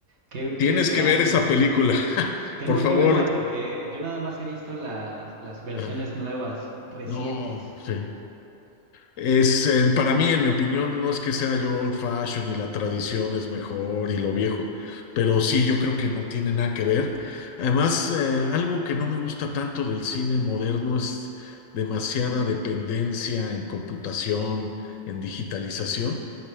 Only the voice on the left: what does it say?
Tienes
que ver esa película, <laughs>
por favor.
Ah,
No, sí. Es, eh, para mí, en mi opinión, no es que sea yo old fashion y la tradición es mejor y lo viejo, pero sí, yo creo que no tiene nada que ver. Además, eh, algo que no me gusta tanto del cine moderno es demasiada dependencia en computación, en digitalización.